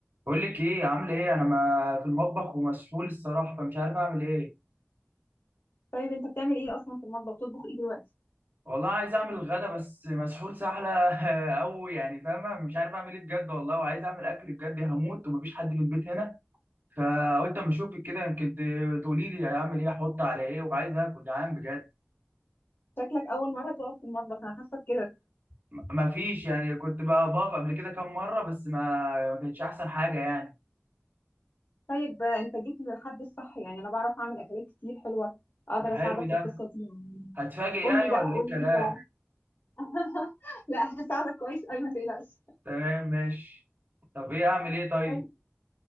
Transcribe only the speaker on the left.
طيب انت بتعمل ايه اصلا في المطبخ بتطبخ ايه دلوقتي
شكلك اول مره تقف في المطبخ انا حاسه كده
طيب آه، انت جيت للحد الصح يعني انا بعرف اعمل اكلات كتير حلوه اقدر
اساعدك
في القصه دي يعني
قول
لي بقى
قول
لي انت <laughs> لا هساعدك كويس قوي ما تقلقش
طيب